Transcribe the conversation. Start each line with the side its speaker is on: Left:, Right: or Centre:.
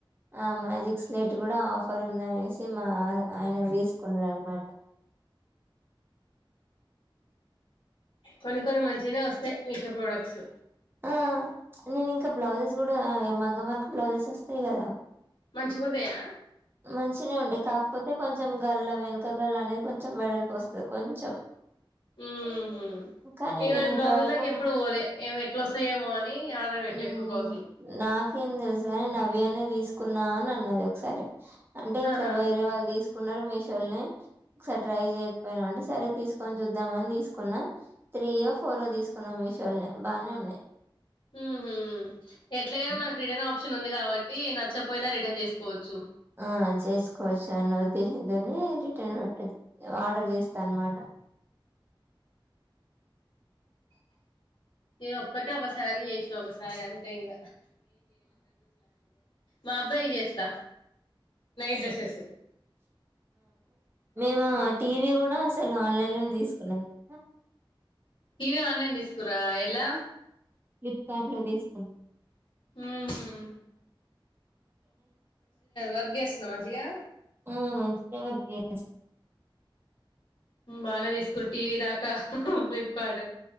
Right: ఆ మ్యాజిక్స్ స్లేట్ గూడ ఆఫర్ ఉందనేశి మా అ ఆయన తీసుకున్నడనమాట
Left: కొన్ని కొన్ని మంచినే వస్తాయ్ మీషో ప్రొడక్ట్స్
Right: ఆ నేను ఇంక బ్లౌజెస్ గుడా ఆ మగ్గం వర్క్ బ్లౌజెస్ వస్తయి గదా
Left: మంచిగుంటయా
Right: మంచినె ఉంటయి కాకపోతే కొంచెం గల్ల వెనక గల్ల అనేది కొంచెం వెడల్పుపోస్తుంది కొంచెం
Left: ఉహు
Right: కనీ
Left: ఏమో
Right: నేను ఇప్పటి
Left: బ్లౌజుల
Right: వరకు
Left: దాకా ఎప్పుడు పోలే ఏమో ఎట్లా వస్తాయేమో అని ఆర్డర్ పెట్టలే
Right: ఊ
Left: ఎప్పుడు బ్లౌజులు
Right: నా నాకేం తెలుసుగని నవ్యనే తీసుకున్నా అని అన్నది ఒకసారి అంటే ఇట్ల
Left: ఆహా
Right: వేరే వాళ్ళు తీసుకున్నరు మీ మీ షోల్నే ఒకసారి ట్రై చేయకపోయిన అంటే సరే తీసుకొని చూద్దామని తీసుకున్నా త్రీయో ఫోర్ తీసుకున్నా మీషోల్నే బాగానే ఉన్నాయి
Left: ఉహు ఎట్లగైనా మన
Right: ఉ
Left: రిటర్న్ ఆప్షన్ ఉంది కావట్టి నచ్చపోయిన రిటర్న్ చేసుకోవచ్చు
Right: ఆ చేసుకోవచ్చు అన్న ఉద్దేశంతోనీ రిటర్న్ పెట్టాచ్చు ఆర్డర్ చేస్తన్నమాట
Left: నేను ఒక్కటే ఒకసారి చేసిన ఒకసారి అంతే ఇంగ మా అబ్బాయికి చేస్తా నైట్ డ్రెస్సెస్
Right: మేము
Left: ఉమ్
Right: ఆ టీవీ గూడ అసలు ఆన్లైన్ ఫోన్ తీసుకున్నము తెలుసా
Left: టీవీ ఆన్లైన్ తీసుకు ఆ ఎలా
Right: ఫ్లిప్కర్డులో తీసుకున్న
Left: మ్మ్ వర్క్ చేస్తుందా మంచిగా
Right: ఆ మంచిది ఎవరికీ ఆస్
Left: బానే తీసుకున్నారు టీవీ దాకా ఫ్లిప్కార్ట్